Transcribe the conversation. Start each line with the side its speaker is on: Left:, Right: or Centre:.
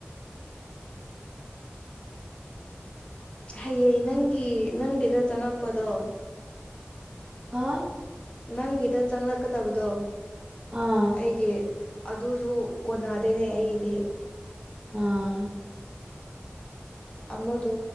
Left: ꯍꯌꯦꯡ ꯅꯪꯒꯤ ꯅꯪꯒꯤꯗ ꯆꯪꯉꯛꯄꯗꯣ
Right: ꯍꯥꯥ
Left: ꯅꯪꯒꯤꯗ ꯆꯪꯂꯛꯀꯗꯕꯗꯣ
Right: ꯑꯥ
Left: ꯑꯩꯒꯤ ꯑꯗꯨꯁꯨ ꯀꯣꯟꯅꯗꯦꯅꯦ ꯑꯩꯒꯤꯗꯤ
Right: ꯑꯥ
Left: ꯑꯃꯗꯣ